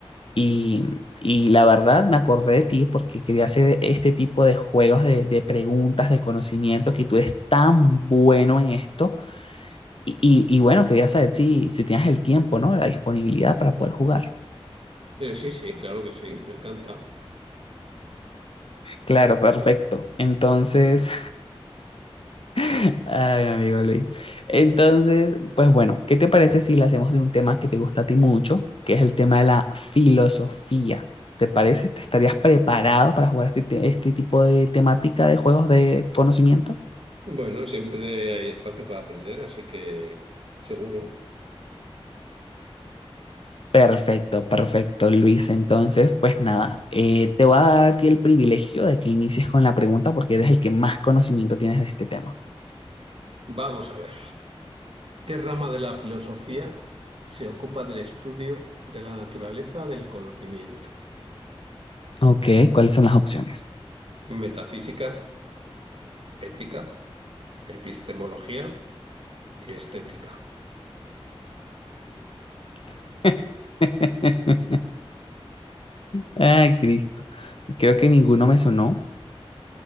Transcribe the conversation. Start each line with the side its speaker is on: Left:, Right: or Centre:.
Left: Y, y la verdad me acordé de ti porque quería hacer este tipo de juegos de, de preguntas, de conocimiento, que tú eres tan bueno en esto Y, y- y bueno, quería saber si, si tenías el tiempo, ¿no? La disponibilidad para poder jugar.
Right: Eh, sí, sí, claro que sí, me encanta.
Left: Claro,
Right: Ah,
Left: perfecto.
Right: Sí.
Left: Entonces, <laughs> ay, mi amigo Luis. Entonces, pues bueno, ¿qué te parece si le hacemos de un tema que te gusta a ti mucho, que es el tema de la filosofía? ¿Te parece? ¿Te estarías preparado para jugar este, te- este tipo de temática de juegos de conocimiento?
Right: Bueno, siempre hay espacio para aprender, así que seguro.
Left: Perfecto, perfecto, Luis. Entonces, pues nada, eh, te voy a dar a ti el privilegio de que inicies con la pregunta porque eres el que más conocimiento tienes de este tema.
Right: Vamos a ver. ¿Qué rama de la filosofía se ocupa del estudio de la naturaleza del conocimiento?
Left: Ok, ¿cuáles son las opciones?
Right: Metafísica, ética, epistemología y estética.
Left: <laughs> Ay, Cristo. Creo que ninguno me sonó.